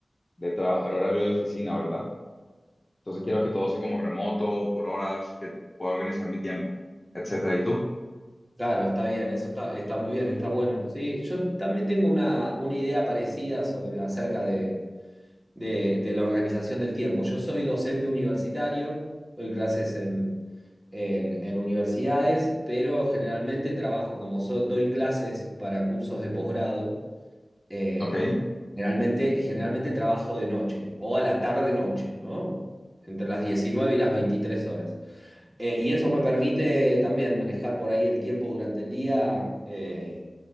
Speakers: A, on the left; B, in the centre.
A: de trabajar horario de oficina, ¿verdad? Entonces quiero que todo sea como remoto, por horas, que pueda organizar mi tiempo, etcétera. ¿Y tú?
B: Claro, está bien, eso está, está muy bien, está bueno. Sí, yo también tengo una, una idea parecida sobre, acerca de, de, de la organización del tiempo. Yo soy docente universitario, doy clases en, en, en universidades, pero generalmente trabajo como so- doy clases para cursos de posgrado, eh,
A: Ok.
B: generalmente, generalmente trabajo de noche o a la tarde-noche, ¿no? Entre las 19 y las 23 horas. Eh, y eso me permite también manejar por ahí el tiempo durante el día, eh,